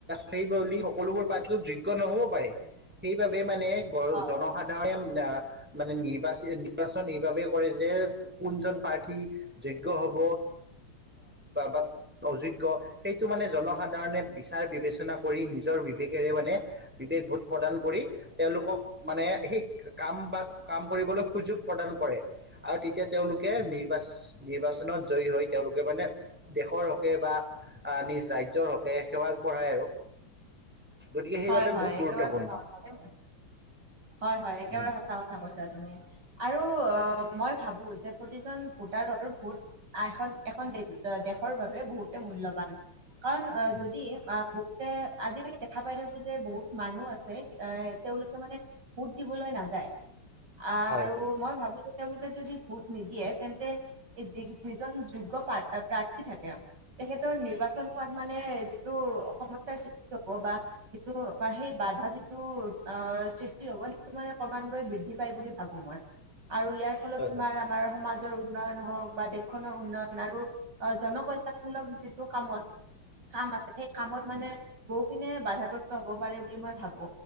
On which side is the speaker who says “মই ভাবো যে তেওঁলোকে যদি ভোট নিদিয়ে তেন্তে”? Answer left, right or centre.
Right